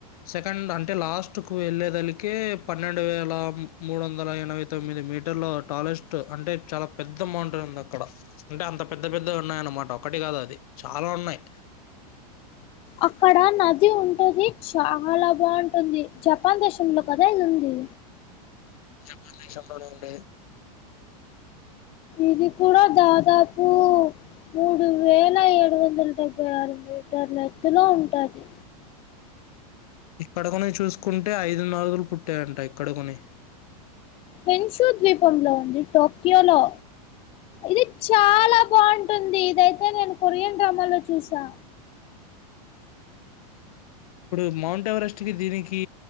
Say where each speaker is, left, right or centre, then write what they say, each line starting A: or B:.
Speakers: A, on the left; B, on the left.
A: సెకండ్ అంటే లాస్ట్కు వెళ్ళేదనీకే పన్నెండు వేల మూడు వందల ఎనభై తొమ్మిది మీటర్ల టాలెస్ట్ అంటే చాలా పెద్ద మౌంటన్ ఉంది అక్కడ అంటే అంత పెద్ద పెద్ద ఉన్నాయి అన్మాట ఒకటి కాదు అది చాలా ఉన్నాయి.
B: అక్కడ నది ఉంటది చాలా బావుంటుంది. జపాన్ దేశంలో కదా ఇది ఉంది.
A: మన దేశంలోనే ఉండే
B: ఇది కూడా దాదాపు మూడు వేల ఏడు వందల డెబ్బై ఆరు మీటర్ల ఎత్తులో ఉంటాది.
A: ఇక్కడకని చూసుకుంటే ఐదు నాలుగులు పుట్టాయంట ఇక్కడకని
B: పేన్షూ ద్వీపంలో ఉంది టోక్యో లో ఇది చాలా బావుటుంది. ఇదైతే నేను కొరియన్ డ్రామా లో చూసా.
A: ఇప్పుడు మౌంట్ ఎవరెస్ట్ కి దీనికి